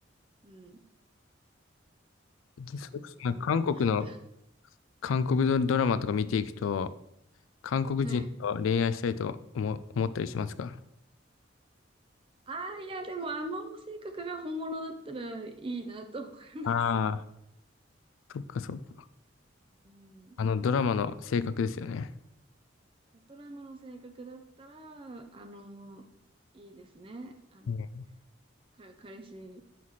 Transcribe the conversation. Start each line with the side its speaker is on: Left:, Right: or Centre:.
Right: うん。いや、
Left: それこそなんか韓国の、
Right: でも、女王のライダー。
Left: 韓国ドドラマとか見ていくと、韓国人と恋愛したいと思、
Right: <laughs>
Left: 思ったりしますか
Right: ああ、いや、でもあの性格が本物だったらいいなと思います。
Left: ああー、そっかそっか。
Right: うん。
Left: あのドラマの性格ですよね。
Right: ベトナムの性格だったら、あの、いいですね。あの、
Left: うん
Right: か、彼氏